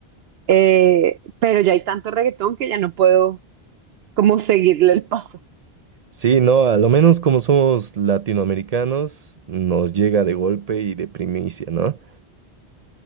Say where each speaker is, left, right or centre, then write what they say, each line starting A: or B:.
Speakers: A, on the right; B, on the right.
A: eh, pero ya hay tanto reggaetón que ya no puedo como seguirle el paso.
B: Sí, no, a lo menos como somos latinoamericanos, nos llega de golpe y de primicia, ¿no?